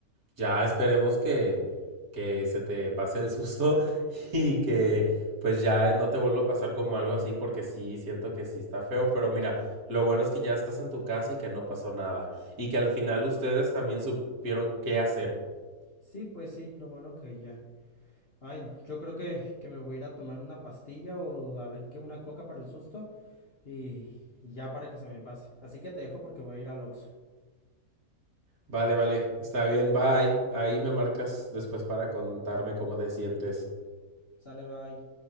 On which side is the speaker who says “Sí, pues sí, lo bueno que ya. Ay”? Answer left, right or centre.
Left